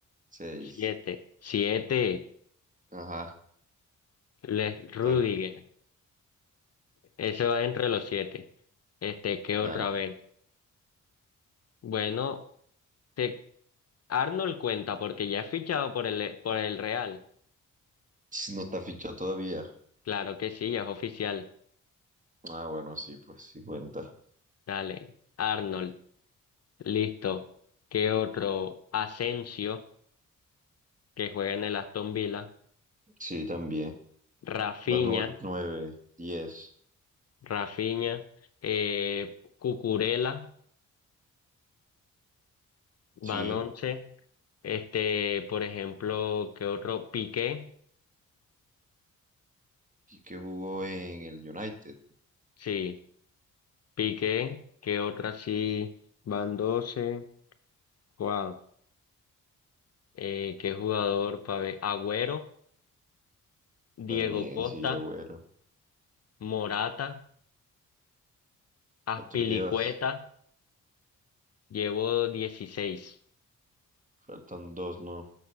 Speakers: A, on the right; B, on the left.
A: seis
B: siete, siete,
A: Ajá.
B: Les Rudiger,
A: Tal,
B: ese va entre los siete. Este, ¿qué otra
A: dale.
B: vez? Bueno, te, Arnold cuenta porque ya es fichado por el, por el Real.
A: No está fichado todavía.
B: Claro que sí, ya es oficial.
A: Ah, bueno, sí, pues sí cuenta.
B: Dale, Arnold, listo. ¿Qué otro? Asensio, que juega en el Aston Villa.
A: Sí, también.
B: Rafinha.
A: Va no nueve diez
B: Rafinha, eh, Cucurella, Van
A: Sí.
B: Once, este, por ejemplo, ¿qué otro? Piqué,
A: Y que jugó en el United.
B: sí, Piqué, ¿qué otro así? Van 12, wow, eh, ¿qué jugador para ver? Agüero, Diego
A: También,
B: Costa,
A: sí, bueno.
B: Morata,
A: ¿Cuántos
B: Aspilicueta,
A: llevas?
B: llevo 16,
A: Faltan dos, ¿no?